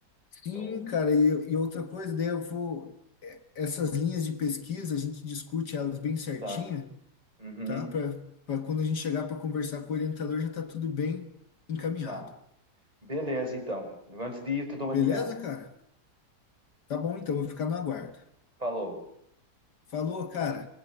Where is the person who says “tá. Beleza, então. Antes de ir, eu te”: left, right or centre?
Right